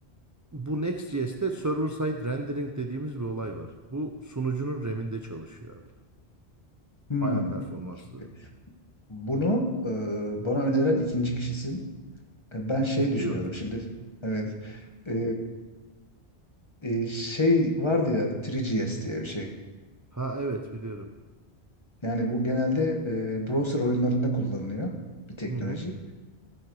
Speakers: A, on the right (about 20°); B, on the left (about 25°).
A: bu Next.js'te server side rendering dediğimiz bir olay var. Bu sunucunun RAM'inde çalışıyor abi.
B: hmm.
A: Bayağı performanslı.
B: Çok iyi. Bunu e, bana öneren ikinci kişisin. E, ben şey
A: Ciddi
B: düşünüyordum
A: mi?
B: şimdi. Evet. E, e, şey vardı ya 3GS diye bir şey.
A: Ha evet biliyorum.
B: Yani bu genelde e, browser oyunlarında kullanılıyor bir teknoloji.
A: Hı hı.